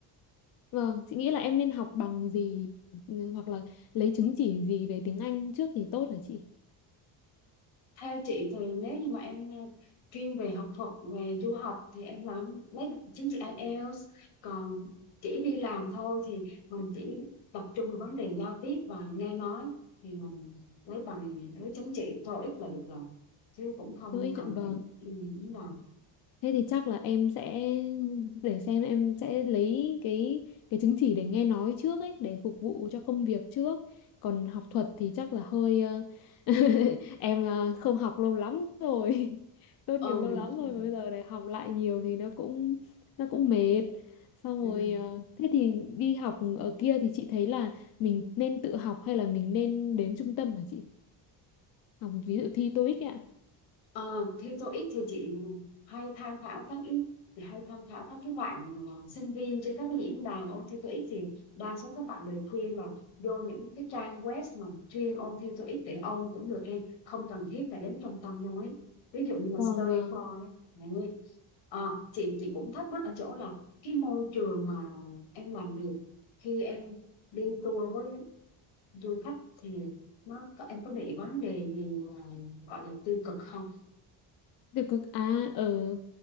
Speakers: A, on the left; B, on the left.
A: vâng, chị nghĩ là em nên học bằng gì hoặc là lấy chứng chỉ gì về tiếng Anh trước thì tốt hả chị?
B: Theo chị thì nếu như mà em chuyên về học thuật về du học thì em làm lấy chứng chỉ IELTS còn chỉ đi làm thôi thì mình chỉ tập trung vào vấn đề giao tiếp và nghe nói thì mình lấy bằng lấy chứng chỉ TOEIC là được rồi chứ cũng không
A: Tôi
B: cần
A: vâng.
B: phải ừ, đúng rồi
A: Thế thì chắc là em sẽ để xem em sẽ lấy cái cái chứng chỉ để nghe nói trước ấy để phục vụ cho công việc trước. Còn học thuật thì chắc là hơi ờ, <laughs> em ờ, không học lâu lắm rồi. <laughs> Tốt
B: ừ
A: nghiệp lâu lắm
B: đúng
A: rồi
B: rồi
A: mà bây giờ để học lại nhiều thì nó cũng nó cũng mệt. Xong rồi
B: ừ.
A: ờ, thế thì đi học ở kia thì chị thấy là mình nên tự học hay là mình nên đến trung tâm hả chị? Học ví dụ thi TOEIC ấy ạ.
B: Ờ, thế tôi ít thì chị hay tham khảo các ý thì hay tham khảo các cái bạn ờ, sinh viên trên các cái diễn đàn ôn thi TOEIC thì đa số các bạn đều khuyên là vô những cái trang web mà chuyên ôn thi TOEIC để ôn cũng được em không cần thiết phải đến trung tâm nói ví dụ như là
A: Vâng
B: Study
A: vâng.
B: for ấy. Đấy. Ờ, chị chị cũng thắc mắc ở chỗ là cái môi trường mà em làm việc khi em đi tour với du khách thì nó có em có bị vấn đề gì ờ, gọi là tiêu cực không?
A: Được cực à ở